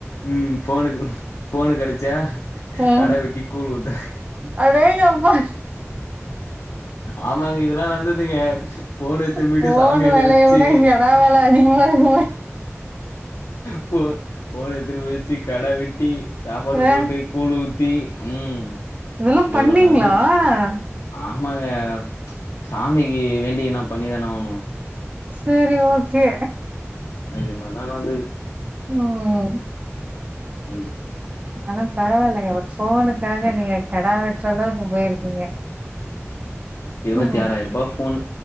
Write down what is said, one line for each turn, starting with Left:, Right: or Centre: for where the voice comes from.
Left: ம் ஃபோனுக்கு ஃபோனு கெடச்சா
Right: ம்
Left: கடா வெட்டி கூழ் ஊத்துறே
Right: அடேங்கப்பா
Left: ஆமாங்க இதெல்லா நடந்ததுங்க ஃபோன எடுத்துண்டு போய்ட்டு
Right: ஃபோனு
Left: சாமியாண்ட
Right: வெலைய
Left: வச்சு
Right: விட எங்கடா வேல அதிகமா இருக்குமே
Left: ஃபோ ஃபோன எத்துட்டு போய்ட்டு கடா வெட்டி சாப்பாடு போட்டு
Right: ஆ
Left: கூழ் ஊத்தி ம்
Right: இதெல்லா
Left: இவ்ளோ
Right: பண்ணீங்களா
Left: நடந்துது ஆமாங்க சாமிக்கு வேண்டிக்நா பண்ணிதானே ஆவணு
Right: சேரி ஓகே
Left: இது மாரிலா நடந்துது
Right: ம்
Left: ம்
Right: ஆனா பரவாயில்லங்க ஒரு ஃபோனுக்காக நீங்க கடா வெட்ற அளவுக்கு போயிருக்கீங்க
Left: இருவத்தி
Right: ம்
Left: ஆறாயிர ரூபா ஃபோனு